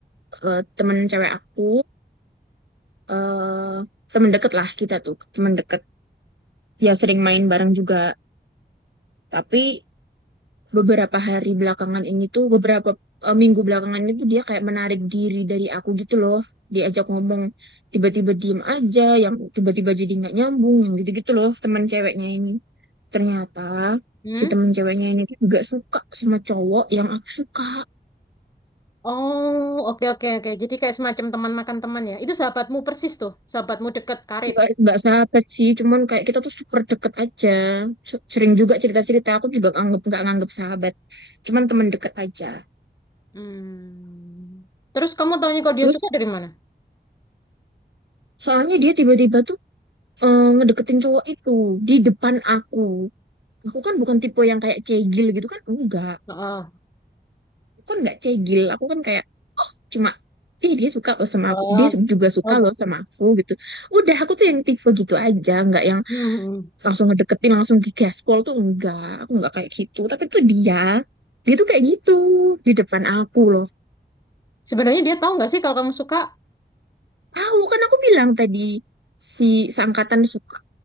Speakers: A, on the right; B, on the left.
A: eh, temen cewek aku. eh temen deket lah kita tuh, temen deket. Ya sering main bareng juga. Tapi beberapa hari belakangan ini tuh, beberapa eh, minggu belakangan itu dia kayak menarik diri dari aku gitu loh. Diajak ngomong, tiba-tiba diem aja, yang tiba-tiba jadi nggak nyambung, yang gitu-gitu loh temen ceweknya ini. Ternyata
B: Mm-mm.
A: si temen ceweknya ini tuh juga suka sama cowok yang aku suka
B: Oh, oke oke oke. Jadi kayak semacam teman makan teman ya. Itu sahabatmu persis tuh, sahabatmu dekat karib.
A: nggak nggak sahabat sih cuman kayak kita tuh super deket aja Su- sering juga cerita cerita aku juga nganggep nggak nganggep sahabat cuman teman deket aja
B: Hmm. Terus kamu taunya kalau
A: terus
B: dia suka dari mana?
A: soalnya dia tiba-tiba tuh eh, ngedeketin cowok itu di depan aku aku kan bukan tipe yang kayak cegil gitu kan enggak
B: Heeh.
A: aku kan nggak cegil aku kan kayak oh cuma ih dia suka loh sama
B: Oh,
A: aku dia juga suka
B: oh,
A: loh sama aku gitu udah aku tuh yang tipe gitu aja nggak yang
B: hmm, hmm.
A: langsung ngedeketin langsung di gaspol tuh enggak aku enggak kayak gitu tapi tuh dia dia tuh kayak gitu di depan aku loh
B: Sebenarnya dia tahu nggak sih kalau kamu suka?
A: tahu kan aku bilang tadi si seangkatan suka